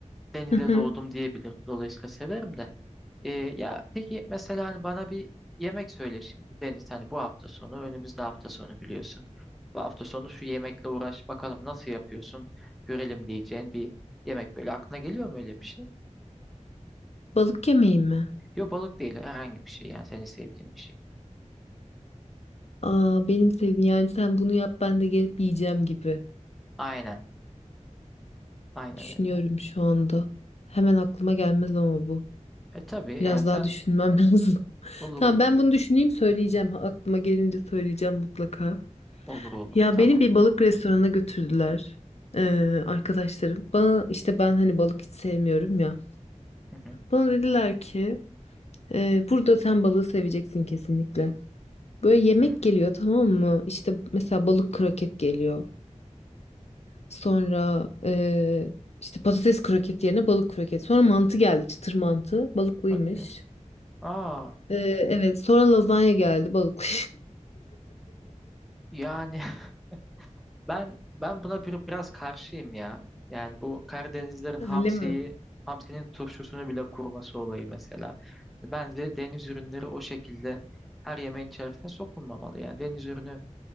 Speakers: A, in the centre; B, on the left (about 60°).
A: denize
B: Hı hı.
A: doğdum diyebilirim. Dolayısıyla severim de. Ee, ya peki mesela hani bana bir yemek söyle şimdi Deniz hani bu hafta sonu önümüzde hafta sonu biliyorsun. Bu hafta sonu şu yemekle uğraş bakalım nasıl yapıyorsun görelim diyeceğin bir yemek böyle aklına geliyor mu öyle bir şey?
B: Balık yemeği mi?
A: Yok balık değil herhangi bir şey yani seni sevdiğin bir şey.
B: Aa, benim sevdiğim yani sen bunu yap ben de gelip yiyeceğim gibi.
A: Aynen aynen
B: Düşünüyorum
A: öyle.
B: şu anda. Hemen aklıma gelmez ama bu.
A: E tabii
B: Biraz
A: yani sen
B: daha düşünmem lazım. <laughs>
A: olur
B: Tamam
A: olur
B: ben bunu düşüneyim söyleyeceğim. Aklıma gelince söyleyeceğim mutlaka.
A: olur olur
B: Ya
A: tamam.
B: beni bir balık restoranına götürdüler
A: Hı
B: eee,
A: hı,
B: arkadaşlarım. Bana işte ben hani balık hiç sevmiyorum ya.
A: hı hı,
B: Bana dediler ki eee, burada sen balığı seveceksin kesinlikle. Böyle yemek
A: hı.
B: geliyor tamam mı? İşte mesela balık kroket geliyor. Sonra eee, işte patates kroket yerine balık kroket. Sonra mantı geldi çıtır mantı balıklıymış.
A: Hadi ya. Aa
B: Eee, evet sonra lazanya geldi balıklı.
A: yani <laughs> Ben ben buna bir, biraz karşıyım ya. Yani bu Karadenizlerin
B: <laughs> Öyle
A: hamsiyi,
B: mi?
A: hamsinin turşusunu bile kurması olayı mesela. Bence deniz ürünleri o şekilde her yemeğin içerisine sokulmamalı. Yani deniz ürünü